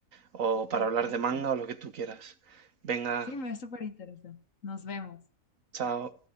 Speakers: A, on the right; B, on the left.
A: o para
B: Perfecto.
A: hablar de manga o lo que tú quieras. Venga,
B: Sí, me súper interesa. Nos vemos.
A: chao.